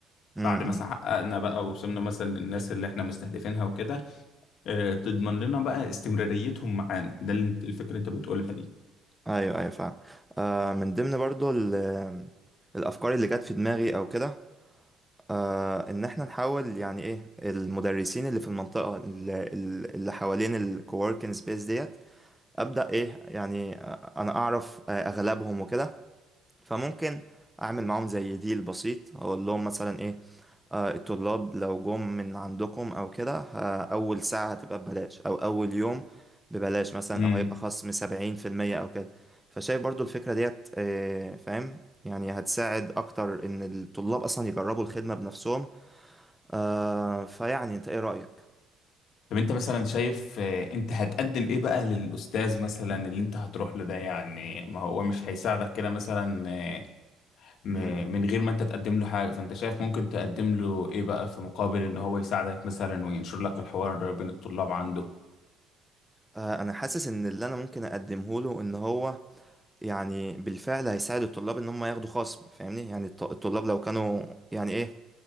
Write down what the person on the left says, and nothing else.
بعد ما حققنا بقى وصلنا مثلا للناس اللي احنا مستهدفينها وكده آه، تضمن لنا بقى استمراريتهم معانا ده اللي انت- الفكرة اللي انت بتقولها دي
امم
طب انت مثلا شايف آه، انت هتقدم ايه بقى للاستاذ مثلا اللي انت هتروح له ده يعني ما هو مش هيساعدك كده مثلا آه، م-
من غير ما انت تقدم له حاجة فانت شايف ممكن تقدم له ايه بقى في مقابل ان هو يساعدك مثلا وينشر لك الحوار بين الطلاب عنده